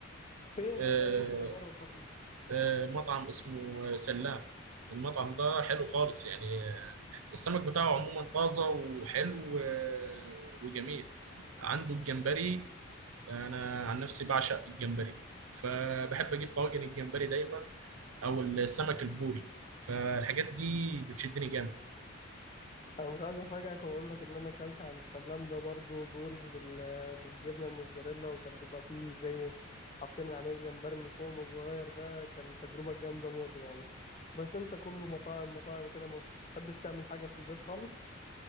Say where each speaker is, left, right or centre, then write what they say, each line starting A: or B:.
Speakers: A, on the left; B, on the right.
A: فين
B: آه،
A: إيه ده ممكن أجرب برضه
B: آه، مطعم اسمه سلام المطعم ده حلو خالص يعني آه، السمك بتاعه عموما طازة وحلو و- وجميل عنده الجمبري أنا عن نفسي بعشق الجمبري فبحب أجيب طواجن الجمبري دايما أو السمك البوري فالحاجات دي بتشدني جامد
A: انا مش عايز افاجئك واقول لك ان انا اكلت عند سلام ده برضو بوري بال... بالجبنه الموتزاريلا وكان بيبقى فيه زي حاطين عليه جمبري من فوق صغير ده كان تجربه جامده موت يعني بس انت كله مطاعم مطاعم كده ما بتحبش تعمل حاجه في البيت خالص